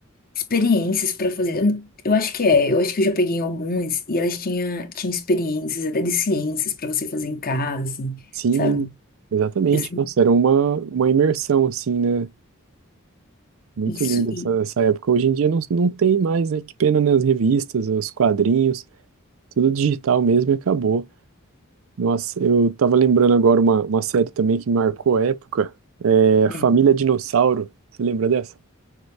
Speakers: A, on the left (about 45°); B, on the right (about 70°).
A: experiências pra fazer. Eu, eu acho que é, eu acho que eu já peguei algumas e elas tinha tinha experiências até de ciências pra você fazer em casa, assim,
B: Sim,
A: sabe?
B: exatamente.
A: Eu sei
B: Nossa, era uma, uma imersão, assim, né? Muito
A: isso
B: linda
A: e
B: essa, essa época. Hoje em dia não, não tem mais, né? Que pena, né? As revistas, os quadrinhos, tudo digital mesmo e acabou. Nossa, eu tava lembrando agora uma, uma série também que marcou a época, é
A: hum,
B: Família Dinossauro. Você lembra dessa?